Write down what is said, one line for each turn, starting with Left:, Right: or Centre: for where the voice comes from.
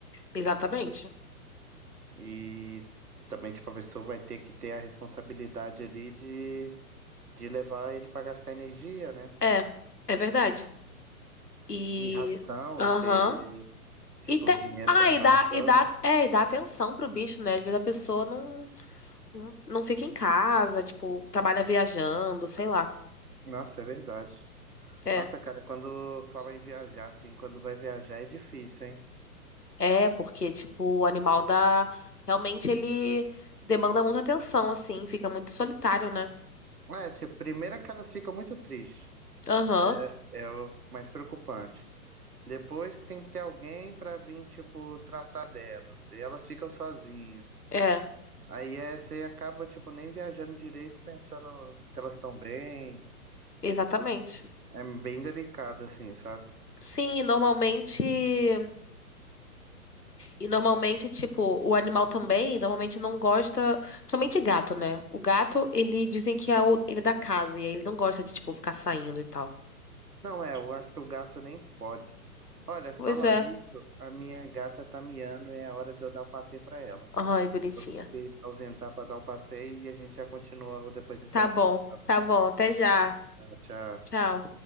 Left: exatamente.
Right: E também, tipo, a pessoa vai ter que ter a responsabilidade ali de, de levar ele pra gastar energia, né?
Left: É, é verdade. E.
Right: E ração,
Left: Aham.
Right: e ter, tipo,
Left: E te...
Right: dinheiro
Left: Ah,
Right: pra comprar
Left: e dá,
Right: ração.
Left: e dá, é, e dá atenção pro bicho, né? Às vezes a pessoa não, não, não fica em casa, tipo, trabalha viajando, sei lá.
Right: Nossa, é verdade.
Left: É.
Right: Nossa, cara, quando fala em viajar, assim, quando vai viajar é difícil, hein?
Left: É, porque, tipo, o animal dá. Realmente ele demanda muita atenção, assim, fica muito solitário, né?
Right: É, tipo, primeiro é que elas ficam muito tristes.
Left: Aham.
Right: Já é é o mais preocupante. Depois tem que ter alguém para vir, tipo, tratar delas. E elas ficam sozinhas.
Left: é.
Right: Aí é, você acaba, tipo, nem viajando direito, pensando se elas estão bem.
Left: Exatamente.
Right: É bem delicado, assim, sabe?
Left: Sim, e normalmente. E normalmente, tipo, o animal também, normalmente não gosta. Principalmente gato, né? O gato, ele dizem que é o, ele é da casa, e aí ele não gosta de, tipo, ficar saindo e tal.
Right: Não, é, eu acho que o gato nem pode. Olha, falar
Left: Pois é.
Right: nisso, a minha gata tá miando e é hora de eu dar o patê pra ela.
Left: Ai, bonitinha.
Right: Eu vou ter que me ausentar pra dar o patê e a gente já continua depois desse
Left: Tá
Right: assunto,
Left: bom,
Right: tá bem?
Left: tá bom. Até já.
Right: Tá, Tchau.
Left: Tchau.